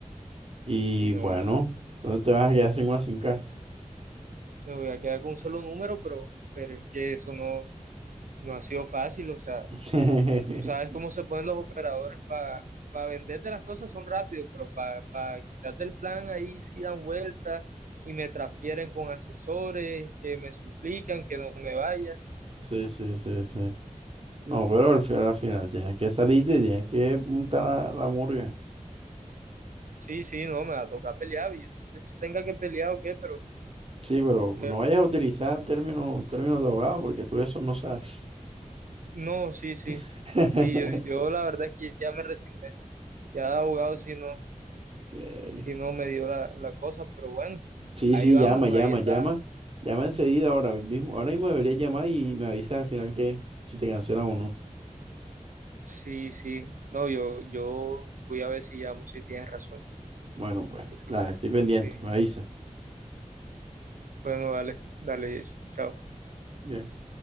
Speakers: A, on the right; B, on the right.
A: Y
B: Y no
A: bueno, ¿dónde te vas a quedar sin una sin cara?
B: me voy a quedar con un solo número, pero, pero es que eso no, no ha sido fácil. O sea,
A: <laughs>
B: tú sabes cómo se ponen los operadores para para venderte las cosas son rápidos, pero para para quitarte el plan ahí sí dan vueltas y me transfieren con asesores que me suplican que no me vaya.
A: Sí, sí, sí, sí. No, pero al, fi- al final tienes que salirte y tienes que montar la, la murga.
B: Sí, sí, no, me va a tocar pelear. Yo no sé si tenga que pelear o qué, pero,
A: Sí, pero
B: pero
A: no vayas a utilizar términos, términos de abogado porque tú eso no sabes.
B: no, sí, sí.
A: <laughs>
B: Sí, yo, yo la verdad es que ya me resigné. Ya de abogado si no,
A: Eh,
B: si no me dio la, la cosa, pero bueno,
A: Sí,
B: ahí
A: sí,
B: vamos,
A: llama, llama,
B: ahí está.
A: llama. Llama enseguida ahora mismo. Ahora mismo deberías llamar y me avisas al final que si te cancelan o no.
B: Sí, sí. No, yo, yo voy a ver si llamo, si tienes razón.
A: Bueno, pues,
B: Pero,
A: dale, estoy pendiente,
B: pues sí.
A: me avisa.
B: Bueno, dale, dale eso. Chao.
A: Bien.